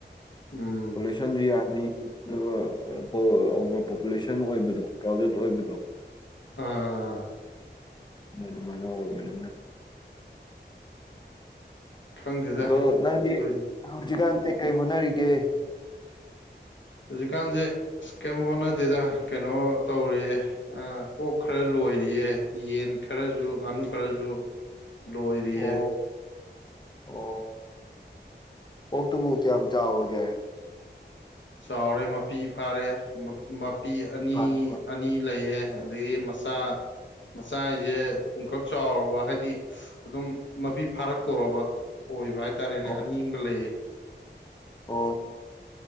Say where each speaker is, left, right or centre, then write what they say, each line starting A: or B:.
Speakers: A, on the left; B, on the left.
A: ꯎꯝ
B: ꯄꯣꯂꯨꯁꯟꯁꯨ ꯌꯥꯝꯃꯤ ꯑꯗꯨꯒ ꯑꯣꯚꯔ ꯄꯣꯄꯨꯂꯦꯁꯟ ꯑꯣꯏꯕꯗꯣ ꯀ꯭ꯔꯥꯎꯗꯦꯠ ꯑꯣꯏꯕꯗꯣ
A: ꯑꯥ
B: ꯑꯗꯨꯃꯥꯏꯅ ꯑꯣꯏꯕꯅꯤꯅ
A: ꯈꯪꯗꯦꯗ
B: ꯑꯗꯣ ꯅꯪꯗꯤ
A: ꯑꯩꯈꯣꯏ
B: ꯍꯧꯖꯤꯛꯀꯥꯟ ꯀꯩꯀꯩ ꯍꯣꯠꯅꯔꯤꯒꯦ
A: ꯍꯧꯖꯤꯛꯀꯥꯟꯁꯦ ꯑꯁ ꯀꯩꯝ ꯍꯣꯠꯅꯗꯦꯗ ꯀꯩꯅꯣ ꯇꯧꯔꯤꯌꯦ ꯑ ꯑꯣꯛ ꯈꯔ ꯂꯣꯏꯔꯤꯌꯦ ꯌꯦꯟ ꯈꯔꯁꯨ ꯉꯥꯅꯨ ꯈꯔꯁꯨ ꯂꯣꯏꯔꯤꯌꯦ
B: ꯑꯣ ꯑꯣ ꯑꯣꯛꯇꯣꯕꯨ ꯀꯌꯥꯝ ꯆꯥꯎꯔꯒꯦ
A: ꯆꯥꯎꯔꯦ ꯃꯄꯤ ꯐꯥꯔꯦ ꯃꯄꯤ ꯑꯅꯤ
B: ꯐꯥꯕ
A: ꯑꯅꯤ ꯂꯩꯌꯦ ꯑꯗꯒꯤ ꯃꯆꯥ ꯃꯆꯥ ꯍꯥꯏꯁꯦ ꯄꯨꯡꯈꯛ ꯆꯥꯎꯔꯕ ꯍꯥꯏꯗꯤ ꯑꯗꯨꯝ ꯃꯄꯤ ꯐꯥꯔꯛꯇꯣꯔꯕ ꯑꯣꯏꯕ ꯍꯥꯏꯇꯥꯔꯦꯅꯦ
B: ꯑꯣ
A: ꯑꯅꯤꯡ ꯑꯃꯒ ꯂꯩꯌꯦ
B: ꯑꯣ